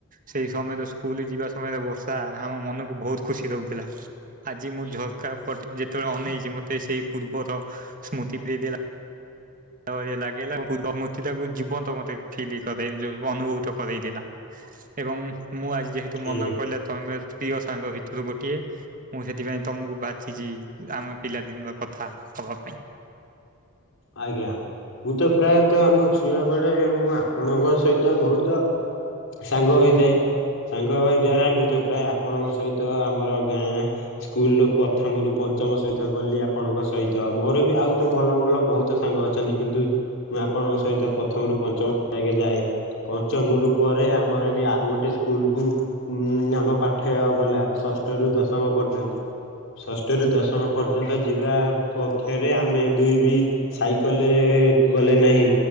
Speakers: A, on the right; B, on the left.
A: ସେଇ ସମୟରେ ସ୍କୁଲ ଯିବା ସମୟରେ ବର୍ଷା ଆମ ମନକୁ ବହୁତ ଖୁସି ଦଉଥିଲା ଆଜି ମୁଁ ଝରକା ପଟେ ଯେତେବେଳେ ଅନେଇଛି ମତେ ସେଇ ପୂର୍ବର ସ୍ମୃତି ପିଏଇଦେଲା ଆଉ ଏଲାଗିଲା ପୂର୍ଵ ସ୍ମୂର୍ତ୍ତି ତାକୁ ଜୀବନ୍ତ ମତେ ଫିଲ କରେ ଯୋଉ ଅନୁଭୂତ କରରେଇ ଦେଲା ଏବଂ ମୁଁ ଆଜି ଯେହେତୁ
B: ହୁଁ
A: ମନର ପଇଲା ତମେ ପ୍ରିୟ ସାଙ୍ଗ ଭିତରୁ ଗୋଟିଏ ମୁଁ ସେଥିପାଇଁ ତମକୁ ବାଛିଚି ଆମ ପିଲାଦିନର କଥା। ହବା ପାଇଁ
B: ଆଜ୍ଞା। ମୁଁ ତ ପ୍ରାୟତଃ ଆମ ଛୁଆ ବେଳେ ମୁଁ ଆପଣଙ୍କ ସହିତ ବହୁତ ସାଙ୍ଗ ହୋଇଥାଏ। ସାଙ୍ଗ ହେବା ଦ୍ଵାରା ମୁଁ ତ ପ୍ରାୟ ଆପଣଙ୍କ ସହିତ ଆମର ଗାଁ ସ୍କୁଲ ପ୍ରଥମ ରୁ ପ ପଞ୍ଚମ ସହିତ ଗଲି ଆପଣଙ୍କ ସହିତ ମୋରବି ଆଉ ତ ଭଲ ଭଲ ବହୁତ ସାଙ୍ଗ ଅଛନ୍ତି କିନ୍ତୁ ମୁଁ ଆପଣଙ୍କ ସହିତ ପ୍ରଥମରୁ ପଞ୍ଚମ ସାଙ୍ଗେ ଯାଏ ପଞ୍ଚମରୁ ପରେ ଆମର ବି ଆଉଗୋଟେ ସ୍କୁଲ କୁ ଉଁ -ଉଁ ଆମ ପାଠ ଗଲା ଷଷ୍ଠ ରୁ ଦଶମ ପ ଷଷ୍ଠ ର ଦଶମ ପର୍ଯ୍ୟନ୍ତ ଯିବା ପକ୍ଷରେ ଆମେ ଦୁଇ ବି ସାଇକେଲରେ ଗଲେ ନାହିଁ